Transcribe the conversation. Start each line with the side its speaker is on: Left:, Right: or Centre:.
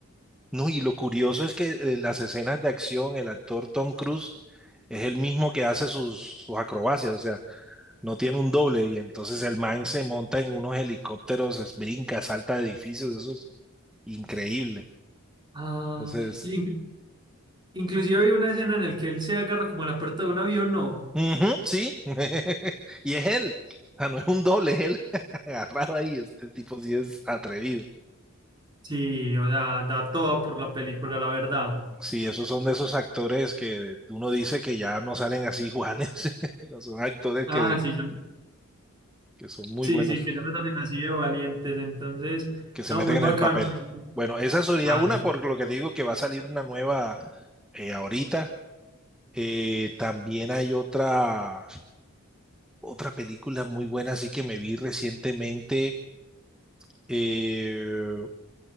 Centre: no, y lo curioso es que en las escenas de acción, el actor Tom Cruise es el mismo que hace sus, sus acrobacias, o sea, no tiene un doble, y entonces el man se monta en unos helicópteros, es- brinca, salta de edificios, eso es increíble.
Right: Ah,
Centre: Entonces,
Right: sí. Inclusive hay una escena en la que él se agarra como a la puerta de un avión, ¿no?
Centre: ujú, sí, <laughs> y es él, o sea, no es un doble, es él <laughs> agarrado ahí, este tipo sí es atrevido.
Right: Sí, o sea, da toda por la película, la verdad.
Centre: Sí, esos son de esos actores que uno dice que ya no salen así iguales, <laughs> son actores
Right: Ah,
Centre: que,
Right: sí, yo-
Centre: que son muy
Right: sí,
Centre: buenos.
Right: sí, que ya no salen así de valientes, entonces,
Centre: que se
Right: no,
Centre: meten
Right: muy
Centre: en
Right: bacano.
Centre: el papel.
Right: muy-
Centre: Bueno, esa sería
Right: Ah,
Centre: una, por lo que digo que va a salir una nueva eh, ahorita. Eh, también hay otra, otra película muy buena, así que me vi recientemente. eh,